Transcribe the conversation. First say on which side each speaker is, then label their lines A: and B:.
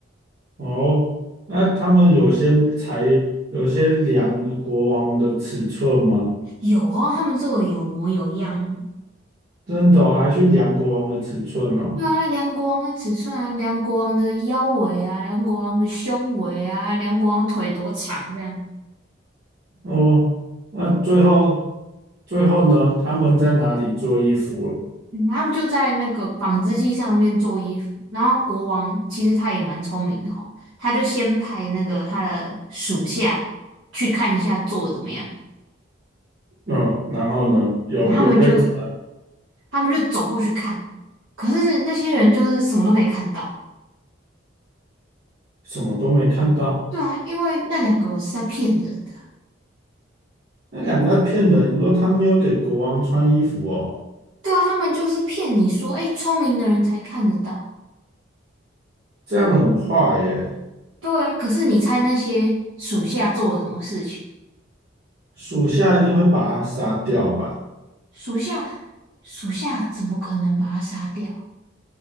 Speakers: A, on the right (about 55°); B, on the right (about 85°).
A: 哦，那他们有些才有些量国王的尺寸吗？
B: 有哦，他们做的有模有样，
A: 真的哦还去量国王的尺寸哦？
B: 对啊，量国王的尺寸啊，量国王的腰围啊，量国王的胸围啊，量国王腿多长这样。
A: 哦，那最后最后呢？他们在哪里做衣服了
B: 嗯他们就在那个纺织机上面做衣服。然后国王其实他也蛮聪明的哈、他就先派那个他的属下去看一下做的怎么样。
A: 嗯，然后呢？有有被抓
B: 然后他们就他们就走过去看，可是那些人就是什么都没看到。
A: 什么都没看到？
B: 对啊，因为那两个是在骗人的。
A: 那两个在骗人，你说他没有给国王穿衣服哦，
B: 对啊，他们就是骗你说，哎，聪明的人才看得到。
A: 这样很坏耶，
B: 对啊，可是你猜那些属下做了什么事情？
A: 属下一定会把他杀掉吧？
B: 属下，属下怎么可能把他杀掉？